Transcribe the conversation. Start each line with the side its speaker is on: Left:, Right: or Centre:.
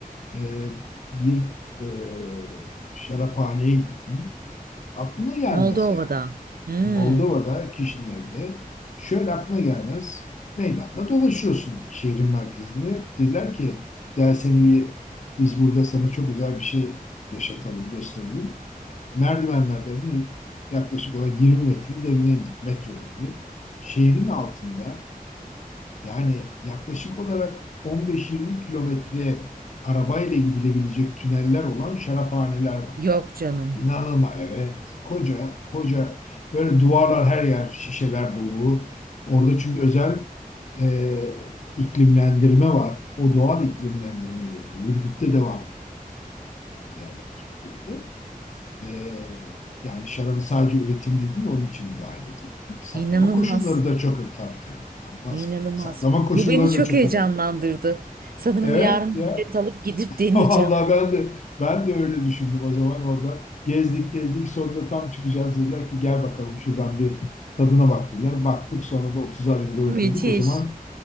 Left: e, bir e, şaraphaneye gittim. Aklına gelmez
Right: Moldova'da.
Left: yani.
Right: Hmm.
Left: Moldova'da, Kişinev'de şöyle aklına gelmez. Meydanda dolaşıyorsun şehrin merkezinde. Dediler ki gel seni bir, biz burada sana çok özel bir şey yaşatalım, gösterelim. Merdivenlerden inip yaklaşık olarak 20 metre derine indik metro gibi. Şehrin altında yani yaklaşık olarak 15-20 kilometre arabayla gidilebilecek tüneller olan şaraphaneler var.
Right: Yok canım.
Left: İnanılma evet. Koca koca böyle duvarlar her yer şişeler dolu. Orada çünkü özel e, iklimlendirme var. O doğal iklimlendirmeyle. yapıyor. Ürgüp'te de vardı. Yani Türkiye'de. E, yani şarabı sadece üretimde değil onun için müdahale edeyim. Saklama
Right: İnanılmaz.
Left: koşulları da çok tabii tabii. İnanılmaz.
Right: İnanılmaz.
Left: Saklama koşulları
Right: Bu beni çok
Left: da çok
Right: heyecanlandırdı.
Left: önemli.
Right: Sanırım
Left: Evet
Right: yarın
Left: ya.
Right: bir bilet alıp gidip
Left: <laughs>
Right: deneyeceğim.
Left: Vallahi ben de ben de öyle düşündüm o zaman orada. Gezdik gezdik sonunda tam çıkacağız dediler ki gel bakalım şuradan bir tadına bak dediler. Baktık sonra da 30'ar euro
Right: Müthiş.
Left: ödedik. O zaman